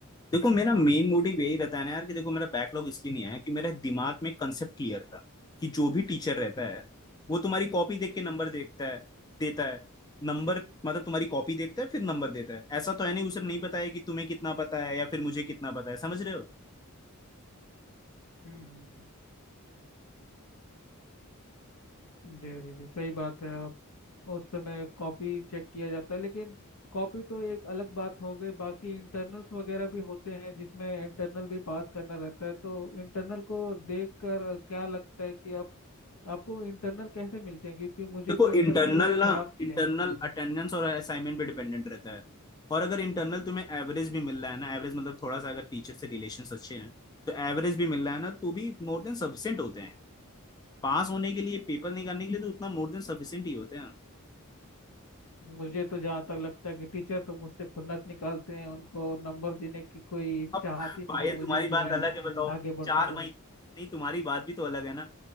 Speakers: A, on the left; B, on the left.
A: देखो मेरा मेन मोटिव यही रहता है ना यार कि देखो मेरा बैकलॉग इसलिए नहीं आया कि मेरे दिमाग में कंसेप्ट क्लियर था कि जो भी टीचर रहता है वो तुम्हारी कॉपी देख के नंबर देखता है देता है नंबर मतलब तुम्हारी कॉपी देखता है फिर नंबर देता है ऐसा तो है नहीं उसे नहीं पता है कि तुम्हें कितना पता है या फिर मुझे कितना पता है समझ रहे हो
B: हम्म हम्म, हम्म। जी जी जी सही बात है उस समय कॉपी चेक किया जाता है लेकिन कॉपी तो एक अलग बात हो गई बाकी इंटरनल्स वगैरह भी होते हैं जिसमें इंटरनल भी पास करना रहता है तो इंटरनल को देखकर क्या लगता है कि आप आपको इंटरनल कैसे मिलते हैं क्योंकि मुझे
A: देखो
B: तो इंटरनल
A: इंटरनल
B: बड़े खराब
A: ना
B: मिले
A: इंटरनल
B: हैं
A: अटेंडेंस और असाइनमेंट पे डिपेंडेंट रहता है और अगर इंटरनल तुम्हें एवरेज भी मिल रहा है ना एवरेज मतलब थोड़ा सा अगर टीचर से रिलेशन अच्छे हैं तो एवरेज भी मिल रहा है ना तो भी मोर देन सफिशियंट होते हैं पास होने के लिए पेपर निकालने के लिए तो उतना मोर देन सफिशिएंट ही होते हैं
B: मुझे तो जहाँ तक लगता है कि टीचर तो मुझसे खुन्नस निकालते हैं उनको नंबर देने की कोई
A: अब
B: चाहत ही नहीं
A: भाई
B: है
A: हम्म
B: मुझे
A: तुम्हारी
B: कि
A: बात
B: मैं
A: अलग है बताओ
B: आगे बढ़
A: चार
B: सकूं
A: महीने नहीं तुम्हारी बात भी तो अलग है ना